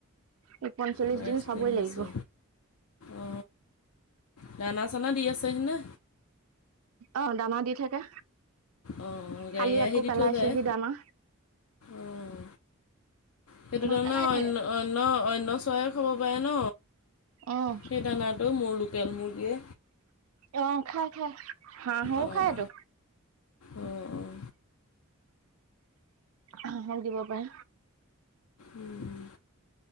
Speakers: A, on the right; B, on the left.
A: এই পঞ্চল্লিশ
B: বাইছ
A: দিন চাবই
B: হৈছে।
A: লাগিব।
B: অ দানা চানা দি আছেহিনে?
A: অ দানা দি থাকে,
B: অঁ গাড়ী
A: কালি
B: আহি
A: আকৌ
B: দি
A: পেলাইছে
B: থৈ যায়
A: সি দানা।
B: অঁ সেইটো দানা
A: পেলাই থাকে।
B: অন্য অন্য অন্য চৰাই খব পাৰে ন?
A: উম
B: সেই দানাটো মোৰ লোকেল মুৰ্গীয়ে
A: অ খাই খাই হাঁ হ
B: অঁ
A: খাই এইতো।
B: অঁ অঁ
A: হাঁহক দিব পাৰে।
B: উম